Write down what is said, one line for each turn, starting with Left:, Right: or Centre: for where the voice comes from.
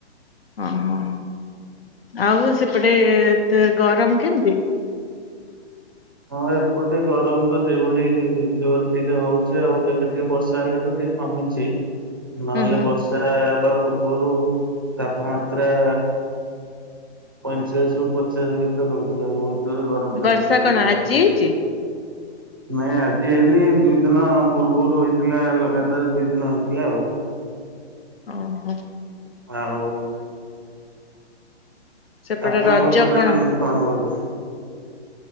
Left: ହଁ ହଁ। ଆଉ ସେପଟେ ଗରମ କେମିତି।
Right: ହଁ ଏପ ଟେ ଗରମ ତ ସେଇଭଳି ଜୋରରେ ଟିକେ ହଉଛି ଆଉ ଏବେ ଟିକେ ବର୍ଷା ହେଲେ ତ ଟିକେ କମିଛି। ନହେଲେ
Left: ହୁଁ ହୁଁ
Right: ବସା ବା ପୂର୍ବରୁ ତାପମାତ୍ରା ପଇଁଚାଶ ରୁ ପଚାଶ ଭିତରେ ରହୁଥିଲା ବହୁତ। ଧୀରେ ଗରମ
Left: ବର୍ଷା
Right: ଲାଗୁଛି
Left: କଣ
Right: ଏକାର
Left: ଆଜି ହେଇଛି?
Right: ନାଇଁ ଆଜି ଆଇନି ଦୁଇ ଦିନ ପୂର୍ବରୁ ହେଇଥିଲା ଲଗାତାର ଦୁଇ ଦିନ ହେଇଥିଲା ଆଉ।
Left: ଓହୋ
Right: ଆଉ
Left: ସେପଟେ
Right: ଆପଣଙ୍କ
Left: ରଜ
Right: ପଟରେ
Left: କଣ?
Right: କେମିତି କଣ କରୁ